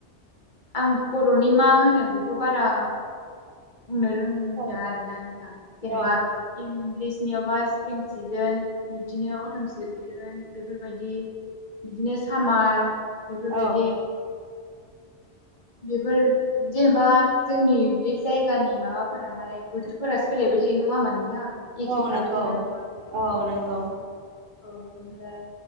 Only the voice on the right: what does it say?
औ
औ
औ
औ
नंगौ
औ नंगौ